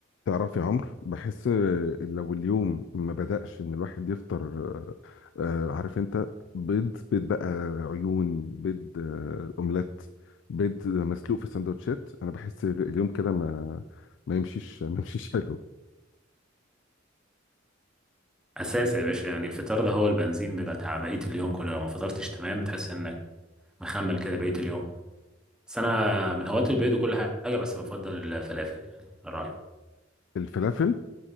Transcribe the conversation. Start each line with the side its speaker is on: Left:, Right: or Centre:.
Left: تعرف يا عمرو بحس لو اليوم ما بدأش ان الواحد يفطر آه، آه، عارف انت بيض بيض بقى عيون بيض آه، اومليت بيض مسلوق في سندوتشات انا بحس اليوم كده ما ما يمشيش ما يمشيش حلو
Centre: اساس يا باشا يعني الفطار ده هو البنزين بيبقى بتاع بقيه اليوم كله لو ما فطرتش تمام تحس انك مخمل كده بقيه اليوم بس انا من هواة البيض وكل حاجه بس بفضل الفلافل يعني رايي
Left: الفلافل